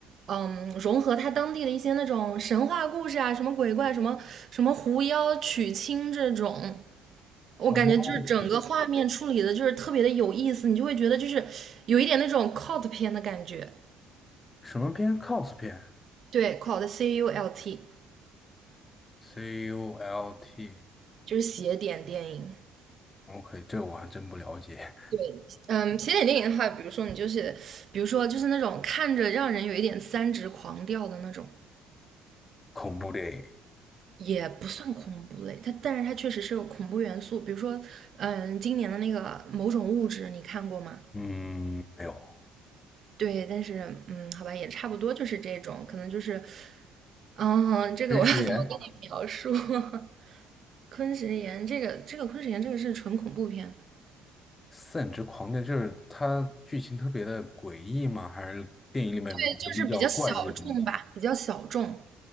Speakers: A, on the right; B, on the left.
A: 嗯，融合他当地的一些那种神话故事啊，什么鬼怪，什么什么狐妖娶亲这种，我感觉就是整个画面处理的就是特别的有意思，
B: 哦？OK，
A: 你就会觉得就是有一点那种 cult 片的感觉，
B: 什么片？cos 片
A: 对，cult C U L T
B: ，C U L T。
A: 就是邪典电影，
B: OK，这我还真不了解。
A: 对，嗯，起点电影的话，比如说你就是，比如说就是那种看着让人有一点三直狂掉的那种，
B: 恐怖电影，
A: 也不算恐怖类，它但是它确实是有恐怖元素，比如说，嗯，今年的那个某种物质，你看过吗？
B: 嗯，没有。
A: 对，但是嗯，好吧，也差不多就是这种，可能就是，嗯，这个我要怎么跟你描述？
B: 真实言，
A: <laughs> 昆池岩这个，这个昆池岩这个是纯恐怖片，
B: 散之狂癫就是它剧情特别的诡异吗？还是电影里面比较怪异的东西？
A: 对，就是比较小众吧，比较小众。